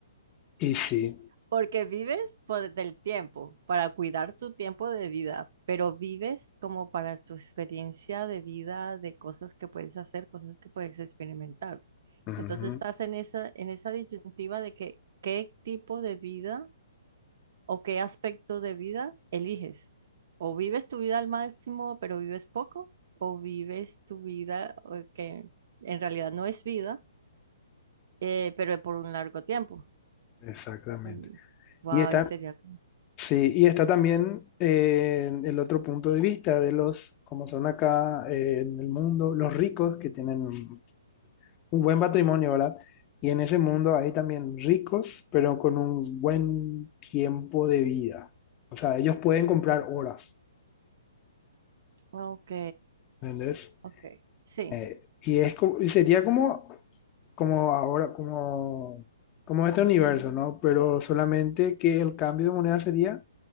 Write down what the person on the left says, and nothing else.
Y sí,
ujú,
exactamente.
Y está,
sí, y está también eh, el otro punto de vista de los, como son acá eh, en el mundo, los ricos que tienen un un buen patrimonio, ¿verdad? Y en ese mundo hay también ricos, pero con un buen tiempo de vida. O sea, ellos pueden comprar horas,
¿entendés?
Eh, y es como, y sería como, como ahora, como, como este universo, ¿no? Pero solamente que el cambio de moneda sería